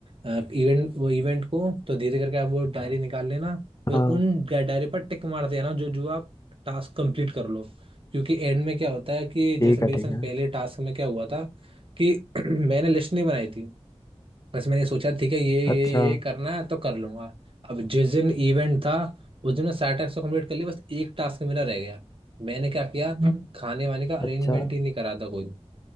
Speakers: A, on the right; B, on the left.
A: इवेंट वो इवेंट को तो धीरे करके आप वो डायरी निकाल लेना फिर
B: हाँ
A: उन डायरी पर टिक मार देना जो जो आप टास्क कंप्लीट कर लो क्योंकि एंड में क्या होता है कि
B: ठीक
A: जैसे मेरे
B: है ठीक
A: संग
B: है
A: पहले टास्क में क्या हुआ था कि <clears throat> मैंने लिस्ट नहीं बनाई थी बस मैंने सोचा ठीक है ये ये
B: अच्छा
A: ये करना है तो कर लूंगा अब जिस दिन इवेंट था उस दिन मैं सारे टास्क तो कंप्लीट कर लिए बस एक टास्क मेरा रह गया मैंने क्या किया खाने वाने का अरेंजमेंट
B: अच्छा
A: ही नहीं करा था कोई